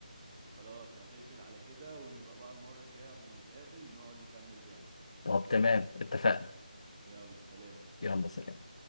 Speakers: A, on the right; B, on the left.
A: خلاص هتقفل على كده ونبقى بقى المرة الجاية لما نتقابل نقعد نكمل لعب
B: طب تمام اتفقنا
A: يلا سلام
B: يلا سلام